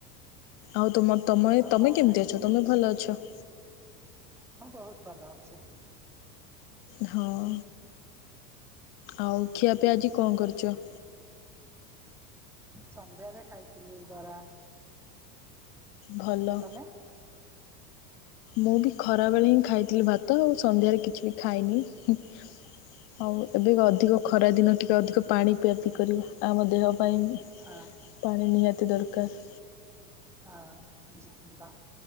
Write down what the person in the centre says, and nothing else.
ଆଉ
କଣ
ଖାଇଥିଲେ?
ହଁ ବହୁତ୍ ଭଲ ଅଛି।
ସନ୍ଧ୍ୟାରେ ଖାଇଥିଲି ବରା।
ତମେ?
<inaudible>
ହଁ
ହଁ ନିଶ୍ଚିତ।